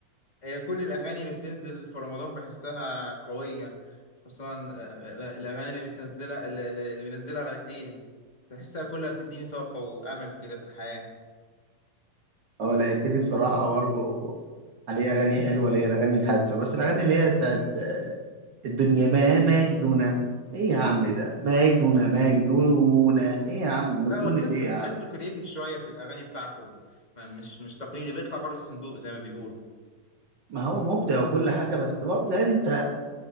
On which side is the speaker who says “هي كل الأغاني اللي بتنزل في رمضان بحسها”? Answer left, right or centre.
Left